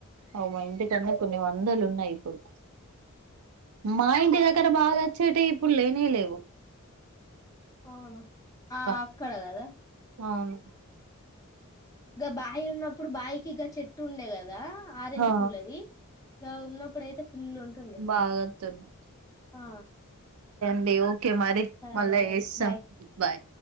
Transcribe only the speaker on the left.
అవును ఆ
అక్కడ గదా
ఇక బాయి ఉన్నప్పుడు బావికి ఇక చెట్ ఉట్టుండే కదా ఆరెంజ్
కూల అది ఇ ఉన్నప్పుడుయితే ఫుల్ ఉంటుండే
ఆ
సరే
మరి
బాయ్